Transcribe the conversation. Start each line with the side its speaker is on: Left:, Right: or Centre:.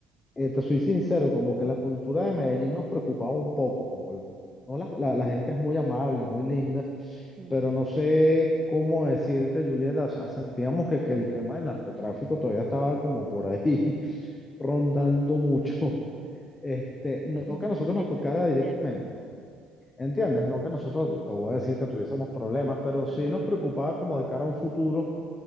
Left: eh, te soy sincero, como que la cultura de Medellín nos preocupaba un poco, como el- no la, la- la gente es muy amable, muy linda,
Right: Sí,
Left: pero no sé cómo decirte, Julieta, o sea, sentíamos que, que el tema del narcotráfico todavía estaba como por ahí <laughs> rondando mucho. Este, no
Right: Ujú.
Left: que a nosotros
Right: sí,
Left: nos
Right: eso
Left: tocara
Right: sí es
Left: directamente.
Right: cierto.
Left: ¿Entiendes? No que nosotros,
Right: Sí.
Left: te voy a decir que tuviésemos problemas, pero sí
Right: Ajá.
Left: nos preocupaba como de cara a un futuro